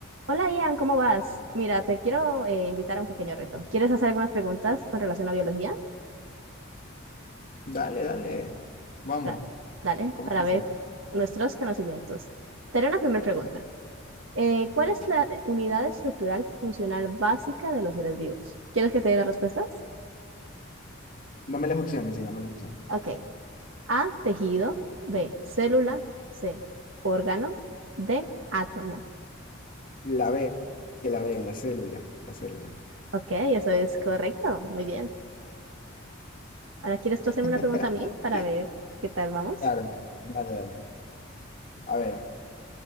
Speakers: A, on the right; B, on the left.
A: Hola Ian, ¿cómo vas? Mira, te quiero eh, invitar a un pequeño reto. ¿Quieres hacer algunas preguntas con relación a biología?
B: Dale, dale. Vamos,
A: Da- dale,
B: comienza.
A: para ver nuestros conocimientos. Te haré una primera pregunta. Eh, ¿cuál es la unidad estructural funcional básica de los seres vivos? ¿Quieres que te dé las respuestas?
B: Dame las opciones, sí, dame las opciones.
A: Ok. A, tejido. B, célula. C, órgano. D, átomo.
B: La B, la B, la célula, la célula.
A: Ok, eso es correcto. Muy bien. Ahora, ¿quieres tú hacerme
B: <laughs>
A: una pregunta a mí para ver qué tal vamos?
B: Claro, dale, dale. A ver,